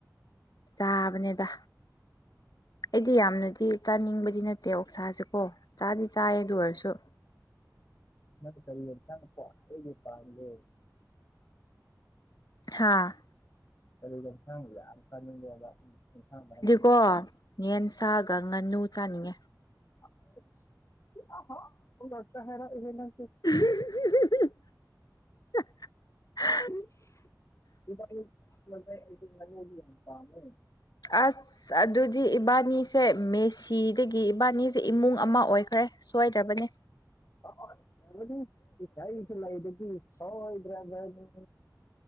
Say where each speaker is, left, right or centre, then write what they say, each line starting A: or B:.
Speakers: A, on the left (about 65°); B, on the left (about 45°).
A: ꯆꯥꯕꯅꯦꯗ ꯑꯩꯗꯤ ꯌꯥꯝꯅꯗꯤ ꯆꯥꯅꯤꯡꯕꯗꯤ ꯅꯠꯇꯦ ꯑꯣꯛꯁꯥꯁꯦꯀꯣ ꯆꯥꯗꯤ ꯆꯥꯏ ꯑꯗꯨ ꯑꯣꯏꯔꯁꯨ
B: ꯅꯗꯨ ꯀꯔꯤ ꯌꯦ ꯆꯪꯅꯀꯣ ꯑꯩꯒꯤ ꯄꯒꯦ
A: ꯍꯥ
B: ꯑꯗꯨꯒ <unintelligible>
A: ꯀꯣ ꯌꯦꯟ ꯁꯥꯒ ꯉꯥꯅꯨ ꯆꯥꯅꯤꯡꯉꯦ
B: ꯑꯁ <unintelligible>
A: <unintelligible>
B: <unintelligible> ꯑꯩ ꯉꯥꯅꯨꯗꯤ ꯌꯥꯝ ꯄꯥꯝꯃꯦ
A: ꯑꯁ ꯑꯗꯨꯗꯤ ꯏꯕꯥꯅꯤꯁꯦ ꯃꯦꯁꯤꯗꯒꯤ ꯏꯕꯥꯅꯤꯁꯦ ꯏꯃꯨꯡ ꯑꯃ ꯑꯣꯏꯈ꯭ꯔꯦ ꯁꯣꯏꯏꯗ꯭ꯔꯕꯅꯦ
B: <unintelligible> ꯁꯣꯏꯗ꯭ꯔꯕꯅꯤ